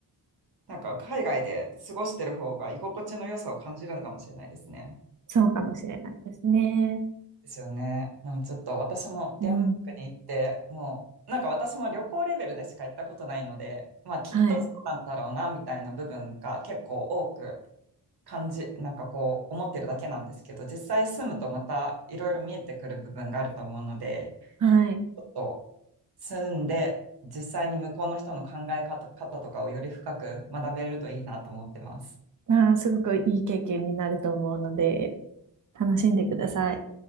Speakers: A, on the right; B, on the right.
A: なんか海外で過ごしてる方が居心地の良さを感じるのかもしれないですね。
B: そうかもしれないですね。
A: ですよね。なんかちょっと私もデンマークに行って、
B: うん。
A: もうなんか私も旅行レベルでしか行ったことないので、まあきっとそうなんだろうなみたいな部分が結構多く
B: はい。
A: 感じ、なんかこう思ってるだけなんですけど、実際住むとまたいろいろ見えてくる部分があると思うので、
B: はい。
A: ちょっと住んで実際に向こうの人の考え方とかをより深く学べるといいなと思ってます。
B: ああ、すごくいい経験になると思うので、楽しんでください。